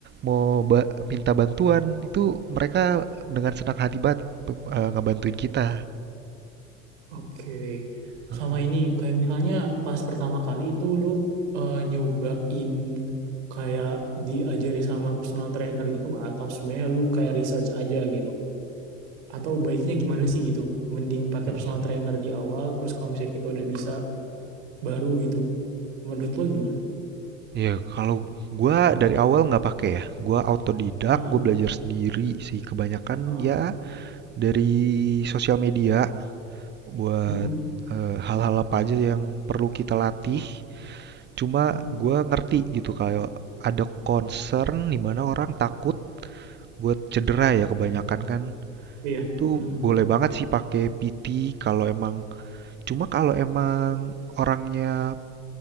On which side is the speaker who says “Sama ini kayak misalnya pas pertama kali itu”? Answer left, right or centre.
Right